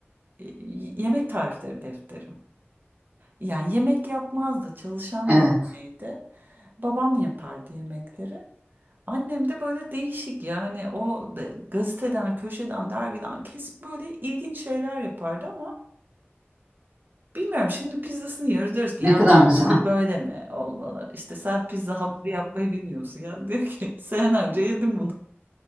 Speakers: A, on the right; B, on the right.
A: y- y- yemek tarifleri defteri. Yani yemek yapmazdı. Çalışan
B: Evet.
A: bir anneydi. Babam yapardı yemekleri. Annem de böyle değişik yani o da- gazeteden, köşeden, dergiden kesip böyle ilginç şeyler yapardı ama bilmiyorum şimdi pizzasını yiyoruz diyoruz ki
B: Ne
A: ya
B: kadar
A: bunun
B: güzel.
A: hamuru böyle mi olmalı? İşte sen pizza hamuru yapmayı bilmiyorsun ya <laughs> diyor ki senelerce yedim bunu.